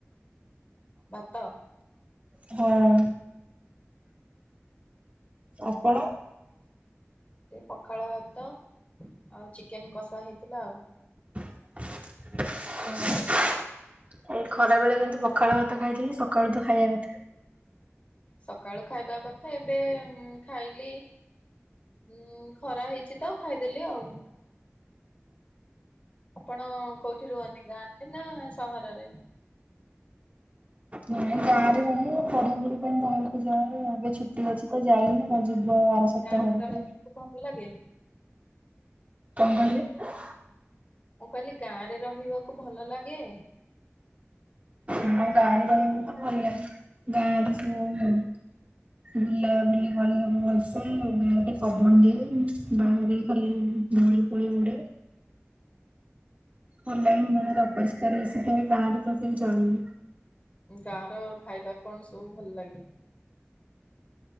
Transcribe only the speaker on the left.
ଭାତ?
ଏଇ ପଖାଳ ଭାତ ଆଉ ଚିକେନ୍ କଷା ହେଇଥିଲା ଆଉ।
ସକାଳୁ ଖାଇବା କଥା ଏବେ ଉଁ ଖାଇଲି। ହୁଁ ଖରା ହେଇଚି ତ ଖାଇଦେଲି ଆଉ। ଆପଣ କୋଉଠି ରୁଅନ୍ତି? ଗାଁରେ ନାଁ ସହରରେ?
ଗାଁରେ
ରହିବାକୁ ଭଲ ଲାଗେ?
ମୁଁ କଇଲି ଗାଁରେ ରହିବାକୁ ଭଲ ଲାଗେ?
ହୁଁ।
ଗାଁର ଖାଇବା କଣ ସବୁ ଭଲ ଲାଗେ?